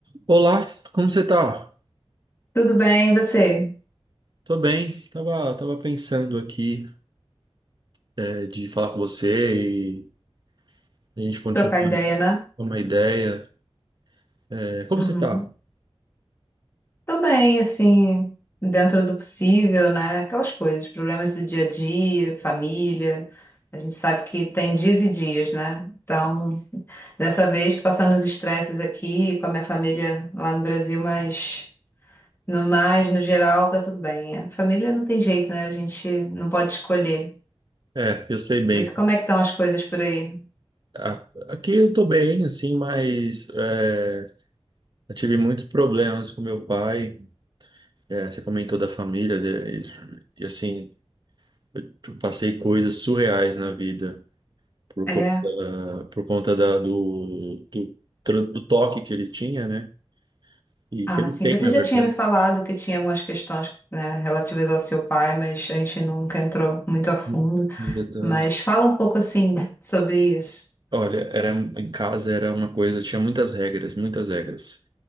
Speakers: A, on the right (about 45°); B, on the left (about 20°).
A: Olá, como você tá?
B: Tudo bem, e você?
A: Tô bem, tava, tava pensando aqui é, de falar com você e a gente continuar
B: Trocar ideia, né?
A: com uma ideia. É, como
B: Uhum.
A: você tá?
B: Tô bem, assim, dentro do possível, né? Aquelas coisas, problemas do dia a dia, família. A gente sabe que tem dias e dias, né? Então, dessa vez, tô passando os estresses aqui com a minha família lá no Brasil, mas no mais, no geral, tá tudo bem. A família não tem jeito, né? A gente não pode escolher.
A: É, eu sei bem.
B: Mas e como é que estão as coisas por aí?
A: A- Aqui eu tô bem, assim, mas é, eu tive muitos problemas com meu pai. É, você comentou da família, né, e, e, assim, eu passei coisas surreais na vida por
B: É.
A: conta, por conta da- do, do, tra- do toque que ele tinha, né? E
B: Ah,
A: que ele
B: sim.
A: tem,
B: Você
A: na verdade.
B: já tinha me falado que tinha algumas questões, né, relativas ao seu pai, mas a gente nunca entrou muito a fundo.
A: No no detalhe.
B: Mas fala um pouco assim sobre isso.
A: Olha, era em casa era uma coisa, tinha muitas regras, muitas regras.